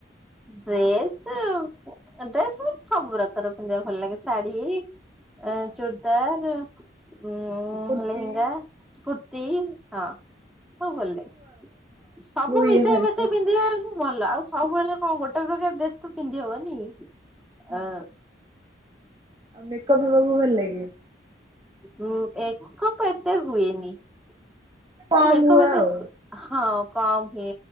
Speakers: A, in the centre; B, on the right.
A: ଡ୍ରେସ ଡ୍ରେସ ସବୁ ସବୁ ରକମର ପିନ୍ଧବାକୁ ଭଲ ଲାଗେ, ଶାଢୀ। ଆଁ
B: ହଁ
A: ଚୁଡ଼ିଦାର ଉଁ
B: କୁର୍ତି
A: ଲେହେଙ୍ଗା କୁର୍ତ୍ତି ହଁ ସବୁ ଭଲଲାଗେ ସବୁ ମିଶେଇ
B: ଇଏ ଭଲ ଲାଗେ
A: ମିଶେଇ ପିନ୍ଧିବାରେ ଭଲ ଆଉ ସବୁବେଳେ କଣ ଗୋଟେ ପ୍ରକାର ଡ୍ରେସ ତୋ ପିନ୍ଧି ହବନି।
B: ହଁ।
A: ଆ
B: ମେକଅପ୍ ହେବାକୁ ବି ଭଲ ଲାଗେ।
A: ହୁଁ ମେକପ୍ ଏତେ ହୁଏନି। ମୁଁ
B: କମ୍
A: ମକେପ୍ ଏତେ
B: ଆଉ
A: ହୁଏ ହଁ କମ୍ ହୁଏ।